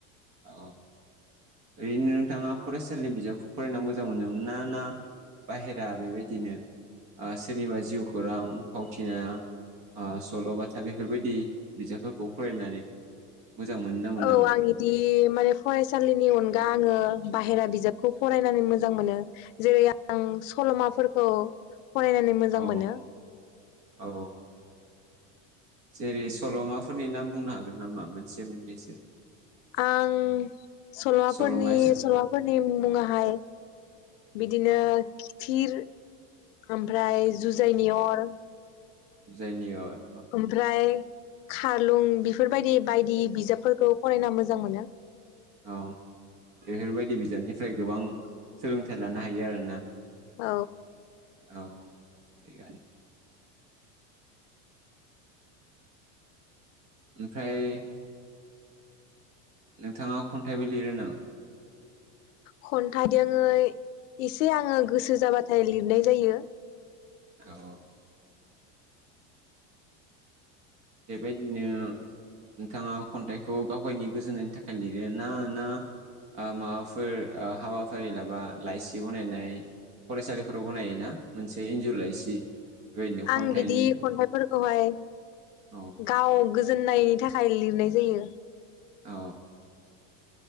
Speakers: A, on the right; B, on the left.
A: अ ओरैनो नोंथाङा फरायसालिनि बिजाबखौ फरायनानै मोजां मोनोम ना ना बाहेरा बेबायदिनो ओ सोरनिबा जिउखौरां फावथिना ओ सल'बाथा बेफोरबायदि बिजाबफोरखौ फरायनानै मोजां मोनो ना मोनामोन?
B: औ आं बिदि माने फरायसालिनि अनगा आङो बाहेरा बिजाबखौ फरायनानै मोजां मोनो जेरै आं सलमाफोरखौ फरायनानै मोजां
A: अ
B: मोनो।
A: औ जेरै सल'माफोरनि नाम बुंनो हागोन नामा मोनसे मोननैसो?
B: आं सल'माफोरनि
A: सल'मा हिसाब
B: सल'माफोरनि मुङाहाय बिदिनो
A: औ
B: थिर ओमफ्राय जुजाइनि अर
A: जुजायनि अर।
B: ओमफ्राय खारलुं बिफोरबायदि बायदि बिजाबफोरखौ फरायना मोजां मोनो।
A: अह बेफोरबायदि बिजाबनिफ्राय गोबां सोलोंथाइ लानो हायो आरोना।
B: औ।
A: औ थिगानो ओमफ्राय नोंथाङा खन्थाइबो लिरो नामा?
B: खन्थाइ दोङै एसे आङो गोसो जाबाथाय लिरनाय जायो।
A: औ। बेबायदिनो नोंथाङा खन्थाइखौ गावगायनि गोजोननायनि थाखाय लिरो ना ना माबाफोर हाबाफारि लाबा लाइसि बनायनाय फरायसालिफोराव बनायोना मोनसे इन्जुर लाइसि बेबायदिनो
B: आं
A: खन्थाइनि
B: बिदि खन्थाइफोरखौहाय
A: औ
B: गाव गो गोजोननायनि थाखाय लिरनाय जायो।
A: अ